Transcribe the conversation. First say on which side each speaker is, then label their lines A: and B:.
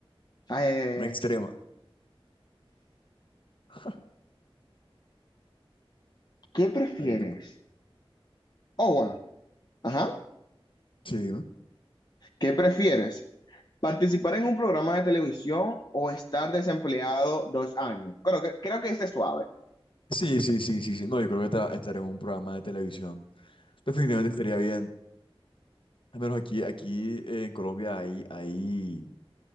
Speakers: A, on the left; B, on the left.
A: Ay, ay, ay,
B: una
A: ay.
B: extrema. <laughs>
A: ¿qué prefieres?
B: A ver, ¿qué te-
A: Oh, bueno, ajá.
B: Sí, dime.
A: ¿Qué prefieres? Participar en un programa de televisión o estar desempleado dos años. Creo que, creo que este es suave.
B: Sí, sí, sí, sí, sí. No, yo creo que esta- estaré en un programa de televisión. Definitivamente estaría bien. Al menos aquí, aquí eh, en Colombia hay, hay